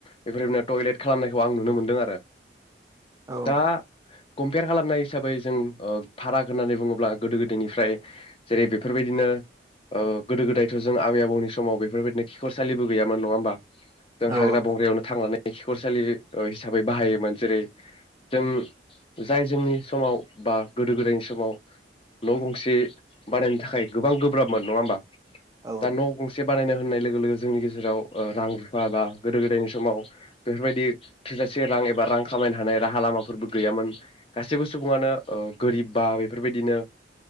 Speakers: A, on the left; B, on the right.
A: बेफोरबायदिनो टयलेट खालामनाय खौ आं नुनो मोनदों आरो
B: औ
A: दा कम्प पेयार खालामनाय हिसाबै जों ओ फाराग होननानै बुङोब्ला गोदो गोदायनिफ्राय जेरै बेफोरबायदिनो ओ गोदो गोदायथ जों आबै आबौनि समाव बेफोरबायदिनो खिखरसालिबो गैयामोन नङा होमबा जों
B: औ
A: हाग्रा बंग्रायावनो थांनानै एखिखरसालि ओ हिसाबै बाहायोमोन जेरै जों जाय जोंनि समाव बा गोदो गोदायनि समाव न गंसे बानायनो थाखाय गोबां गोब्राबमोन नङा होमबा
B: औ
A: दा न गंसे बानायनो होननाय लोगो लोगो जोंनि गेजेराव ओ रां रुफा बा गोदो गोदायनि समाव बेफोरबायदि थोजासे रां एबा रां खामायनो हानाय राहा लामाफोरबो गैयामोन गासैबो सुबुङानो ओ गोरिब बा बेफोरबायदिनो